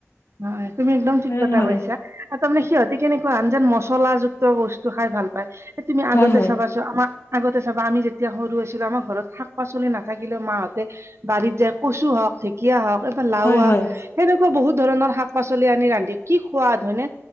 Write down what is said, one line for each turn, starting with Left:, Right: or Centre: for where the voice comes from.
Right: হয়, তুমি একদম ঠিক
Left: হয়নে
Right: কথা
Left: নহয়
Right: কৈছা। তাত তাৰমানে সিহঁতি কেনেকুৱা আজ্ঞাত মছলাযুক্ত বস্তু খাই ভাল পায়। এ তুমি আগতে
Left: হয় হয়
Right: চাবাচোন। টো আমাক আগতে চাবা আমি যেতিয়া সৰু আছিলো, আমাৰ ঘৰত শাক-পাচলি নাথাকিলেও মাহঁতে - বাৰীত যায় কচু হওঁক, ঢেঁকীয়া হওঁক। এ লাও
Left: হয় হয়
Right: আগ, সেনেকুৱা বহুত ধৰণৰ শাক-পাচলি আনি ৰান্ধি কি সোৱাদ হয়নে।